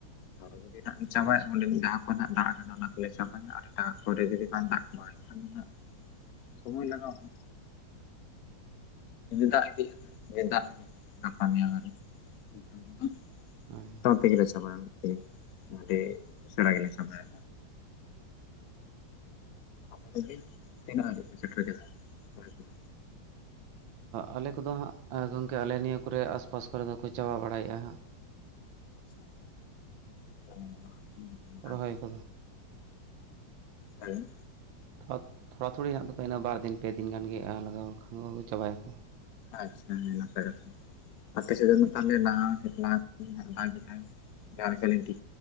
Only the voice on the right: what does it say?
ᱟᱪᱪᱷᱟ
ᱦᱳᱭ᱾
ᱟᱞᱮ ᱠᱚᱫᱚ ᱦᱟᱸᱜ ᱜᱚᱢᱠᱮ ᱟᱞᱮ ᱱᱤᱭᱟᱹ ᱠᱚᱨᱮ ᱟᱥᱯᱟᱥ ᱠᱚᱨᱮ ᱫᱚᱠᱚ ᱪᱟᱵᱟ ᱵᱟᱲᱟᱭᱮᱜᱼᱟ ᱦᱟᱸᱜ᱾
ᱨᱚᱦᱚᱭ
ᱠᱚᱫᱚ᱾
ᱛᱷᱚᱲ ᱛᱷᱚᱲᱟ ᱛᱷᱚᱲᱤ ᱦᱮᱱᱟᱜ ᱫᱚᱠᱚ ᱤᱱᱟ ᱵᱟᱨ ᱫᱤᱱ ᱯᱮ ᱫᱤᱱ ᱜᱟᱱᱜᱮ ᱞᱟᱜᱟᱣ ᱞᱮᱠᱷᱟᱱ ᱪᱟᱵᱟᱭᱟᱠᱚ᱾